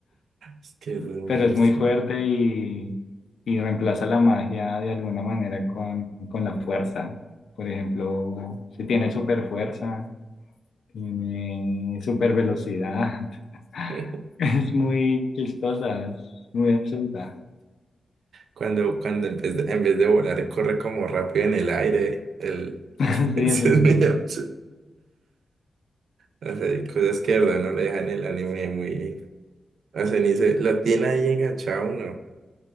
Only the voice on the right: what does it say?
Es que
es muy
absurdo.
<laughs>
Cuando, cuando en vez de, en vez de volar, corre como rápido en el aire. El,
<laughs>
eso
es
muy
absurdo. O sea, hay cosas que de verdad no le dejan el anime muy. O sea, ni se lo tiene ahí enganchado uno.